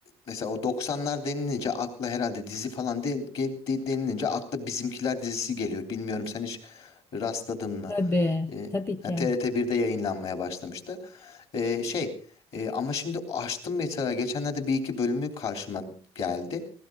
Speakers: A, on the left; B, on the left.
A: mesela o 90'lar denilince akla herhalde dizi falan de, ge- de- denilince akla Bizimkiler dizisi geliyor. Bilmiyorum sen hiç rastladın mı?
B: Tabii,
A: E,
B: tabii
A: ha,
B: ki.
A: TRT birde yayınlanmaya başlamıştı. E, şey e, ama şimdi açtım mesela geçenlerde bir iki bölümü karşıma geldi.